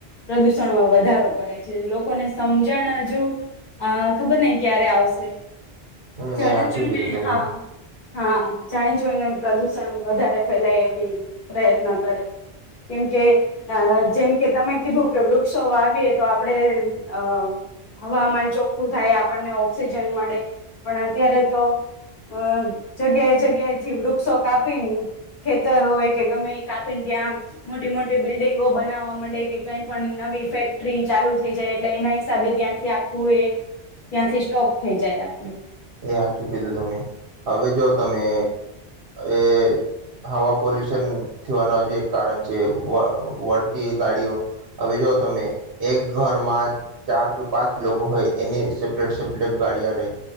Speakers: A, on the left (about 55°); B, on the right (about 70°).
A: પ્રદુષણમાં વધારો કરે છે લોકોને સમજણ હજુ અહ ખબર નહિં ક્યારે આવશે.
B: સાચું
A: જાણું છું
B: કીધું
A: ને
B: તમને
A: હા હા જાણી જોઈને પ્રદુષણ વધારે ફેલાય એવી પ્રયત્ન કરે. કેમ કે આ જેમ કે તમે કીધું કે વૃક્ષો વાવીએ તો આપણેે અહ હવામાન ચોખ્ખું થાય, આપણને ઓક્સિજન મળે, પણ અત્યારે તો અહ જગ્યાએ જગ્યાએ થી વૃક્ષો કાપીને ખેતર હોય કે ગમે એ કાપ ત્યાં મોટી મોટી બિલ્ડિંગો બનાવવા મંડે કે કંઈ પણ નવી ફેક્ટરી ચાલુ થઈ જાય એટલે એના હિસાબે ત્યાંથી આખું એ ત્યાંથી સ્ટોક થઈ જાય આપડું.
B: એ હાચું કીધું તમે. હવે જો તમે એ હવા પોલ્યુશન થવાનું જે એક કારણ છે, વ વળતી ગાડીઓ. હવે જોઓ તમે, એક ઘરમાં ચાર થી પાંચ લોકો હોય. એની સેપરેટ સેપરેટ ગાડીયા રહે.